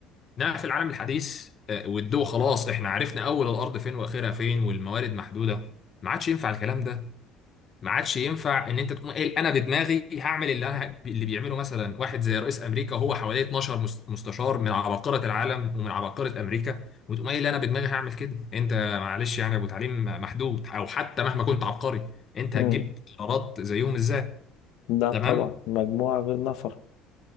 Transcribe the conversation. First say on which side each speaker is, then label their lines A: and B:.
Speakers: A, on the left; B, on the left.
A: انما في العالم الحديث آه، والدول خلاص احنا عرفنا اول الارض فين واخرها فين والموارد محدوده ما عادش ينفع الكلام ده ما عادش ينفع ان انت تقوم قايل انا بدماغي هعمل اللي انا اللي بيعمله مثلا واحد زي رئيس امريكا هو حواليه 12 مس- مستشار من عباقره العالم ومن عباقره امريكا وتقوم قايل انا بدماغي هعمل كده انت معلش يعني يا ابو تعليم محدود او حتى مهما كنت عبقري انت
B: حلو
A: هتجيب قرارات زيهم ازاي
B: لا
A: تمام
B: طبعا مجموعة غير نفر